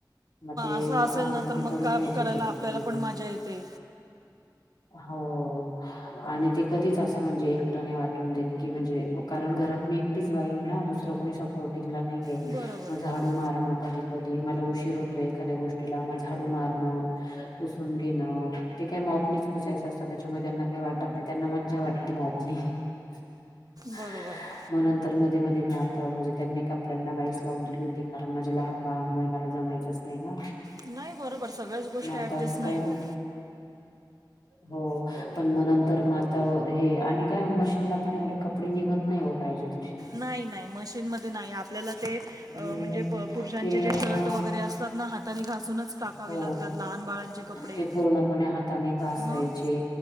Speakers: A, on the left; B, on the right.
A: मग ते
B: असं असेल
A: हा
B: ना
A: मग
B: तर
A: ते करून
B: काम
A: घ्यायचे
B: करायला
A: कधी
B: आपल्याला
A: कधी.
B: पण मजा येते
A: हो आणि ते कधीच असं म्हणजे एकट नाही वाटून देत की म्हणजे कारण घरात मी टीच वाई ना दुसरं कोणी सपोर्टिंगला नाहीये.
B: बरोबर
A: मग
B: आहे
A: झाडू मारणं कधी कधी मला उशीर होतो एखाद्या गोष्टीला मग झाडू मारणं, - पुसून घेण ते काय माप निच पुसायचं असतं त्याच्यामुळे त्यांना काही वाटत नाही त्यांना मज्जा वाटते मापनी. <inaudible>
B: बरोबर आहे.
A: मग नंतर मध्ये मध्ये मी आता म्हणजे त्यांनी कपड्यांना बाईस लावून दिली होती कारण माझ्या लहान बाळामुळे मला जमायचं तसं नाही ना.
B: नाही बरोबर सगळ्याच गोष्ट
A: मग
B: ऍडजस्ट
A: आता आता
B: नाही
A: काय
B: होत.
A: हो पण मग नंतर मग आता हो, हे आणि काय मशीनला पण एवढे कपडे निघत नाही हो. पाहिजे तसे.
B: नाही नाही मशीनमध्ये नाही आपल्याला ते
A: हम्म
B: म्हणजे पुरुषांचे
A: ते
B: जे शर्ट
A: हा
B: वगैरे असतात ना हात तान घासूनच. टाकावे
A: हो
B: लागतात लहान बाळांचे कपडे
A: ते पूर्णपणे हाताने घसायचे.
B: मग